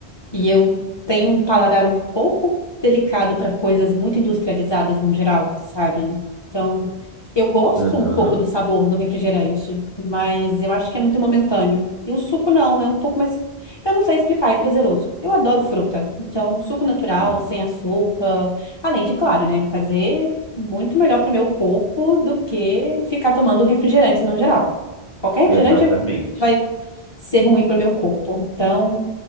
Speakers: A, on the left; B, on the right.
A: E eu tenho um paladar um pouco delicado para coisas muito industrializadas no geral, sabe? Então, eu gosto
B: Aham.
A: um pouco do sabor do refrigerante, mas eu acho que é muito momentâneo. E o suco não, é um pouco mais. Eu não sei explicar, é prazeroso. Eu adoro fruta. Então, suco natural,
B: Sim,
A: sem açúcar. Além de, claro, né, fazer muito melhor para o meu corpo do que ficar tomando refrigerante no geral. Qualquer refrigerante
B: exatamente.
A: vai ser ruim para o meu corpo. Então.